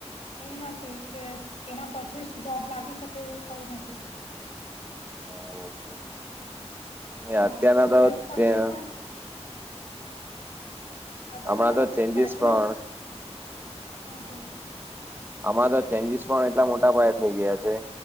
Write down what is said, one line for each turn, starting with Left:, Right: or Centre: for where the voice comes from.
Left: એ નથી કે એના પછી જ જોબ લાગી શકે એવું કંઈ નથી.
Right: હ છે,
Left: હા
Right: અત્યારના
Left: ટ્વેલ્થ
Right: તો,
Left: પછી
Right: ત્યાં
Left: પણ અગર
Right: હમણાં તો ચેન્જીસ
Left: બેચલર્સ
Right: પણ,
Left: હા બોલ
Right: હમણાં તો ચેન્જીસ પણ એટલા મોટા પાયે થઇ ગયા છે.